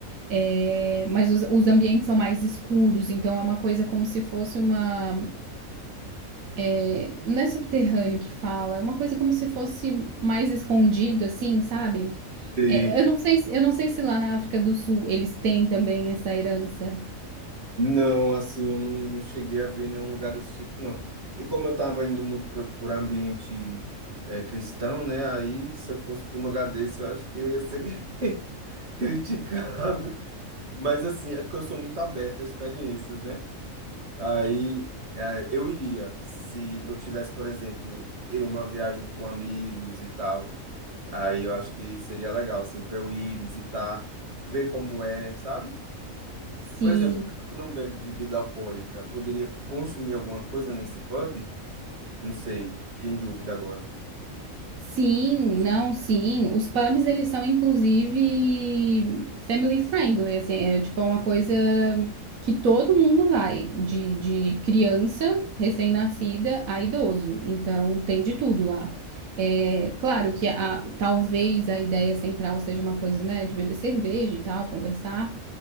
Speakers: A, on the right (about 80°); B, on the right (about 50°).
A: é, mas os, os ambientes são mais escuros, então é uma coisa como se fosse uma... é, não é subterrâneo que fala, é uma coisa como se fosse mais escondido, assim, sabe?
B: Sei.
A: É, eu não sei, se- eu não sei se lá na África do Sul eles têm também essa herança.
B: Não, assim, eu não, não cheguei a ver nenhum lugar desse tipo, não. E como eu estava indo muito por, por ambiente eh, cristão, né? Aí, se eu fosse para um lugar desse, eu acho que eu ia ser <laughs> criticado. Mas, assim, é porque eu sou muito aberto a experiências, né? Aí, eh, eu iria, se eu tivesse, por exemplo, eu numa viagem com amigos e tal. Aí, eu acho que seria legal, assim, para eu ir visitar, ver como é, sabe?
A: Sim,
B: Por exemplo, que não bebe bebida alcoólica, poderia consumir alguma coisa nesse pub? Não sei, fiquei em dúvida agora.
A: Sim, não, sim. Os pubs, eles são, inclusive, family friendly, assim, é tipo é uma coisa que todo mundo vai, de, de criança, recém-nascida, a idoso. Então, tem de tudo lá. É, claro que a, talvez a ideia central seja uma coisa, né, de beber cerveja e tal, conversar,